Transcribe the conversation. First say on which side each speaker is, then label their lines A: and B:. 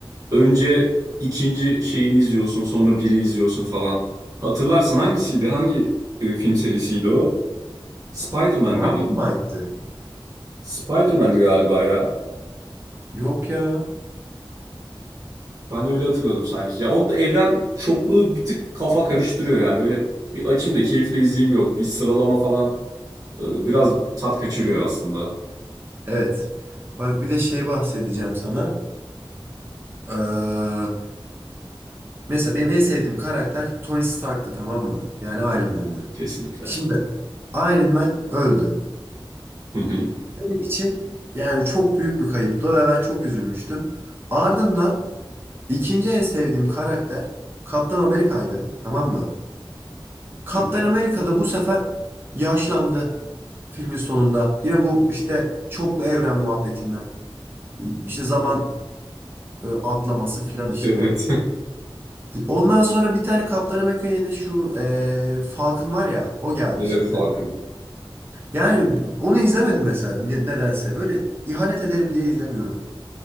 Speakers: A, on the right (about 40°); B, on the right (about 25°).
A: Önce ikinci şeyini izliyorsun sonra biri izliyorsun falan. Hatırlarsın hangisiydi? Hangi e, film serisiydi o? Spider-Man
B: Marvel
A: miydi?
B: mı aitti?
A: Spider-Man'di galiba ya.
B: Yok ya.
A: Ben öyle hatırladım sanki. Ya onu da evden çokluğu bir tık kafa karıştırıyor yani. Böyle bir açayım da keyifle izleyeyim yok. Bir sıralama falan e, biraz tat kaçırıyor aslında.
B: Evet. Bak bir de şey bahsedeceğim sana. Ee, mesela benim en sevdiğim karakter Tony Stark'tı tamam mı? Yani Iron Man'di.
A: Kesinlikle.
B: Şimdi Iron Man öldü.
A: Hı hı.
B: Benim için yani çok büyük bir kayıptı ve ben çok üzülmüştüm. Ardından İkinci en sevdiğim karakter Kaptan Amerika'ydı, tamam mı? Kaptan
A: <laughs>
B: Amerika da bu sefer yaşlandı filmin sonunda. Yine bu işte çoklu evren muhabbetinden. İşte zaman e, atlaması filan işte.
A: Evet. <laughs>
B: Ondan sonra bir tane Kaptan Amerika yerine şu e, Falcon var ya o geldi
A: Evet
B: şimdi.
A: Falcon.
B: Yani onu izlemedim mesela ne- nedense. Böyle ihanet ederim diye izlemiyorum.